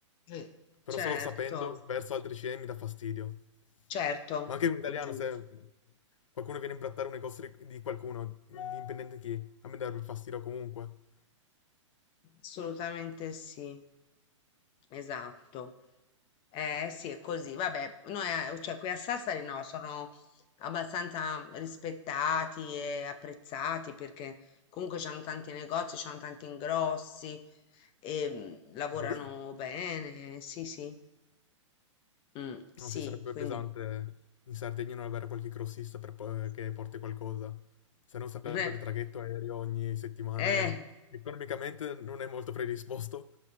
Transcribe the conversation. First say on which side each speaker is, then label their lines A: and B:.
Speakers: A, on the left; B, on the left.
A: Sì.
B: Però
A: certo,
B: solo sapendo verso altri cinesi mi dà fastidio.
A: certo,
B: Ma anche un italiano,
A: è giusto,
B: se qualcuno viene a imbrattare un negozio di, di qualcuno, indipendente chi, a me darebbe fastidio comunque.
A: assolutamente sì, esatto. Eh sì, è così, vabbè, noi, a- cioè qui a Sassari no, sono abbastanza rispettati e apprezzati perché comunque c'hanno tanti negozi, c'hanno tanti ingrossi e mm, lavorano
B: Anche lì?
A: bene, sì, sì, mm, sì,
B: Non si sarebbe
A: quindi,
B: pesante in Sardegna non avere qualche grossista per po- che porti qualcosa. Se non sarebbe
A: <laughs>
B: traghetto aereo ogni settimana
A: eh,
B: e economicamente non è molto predisposto.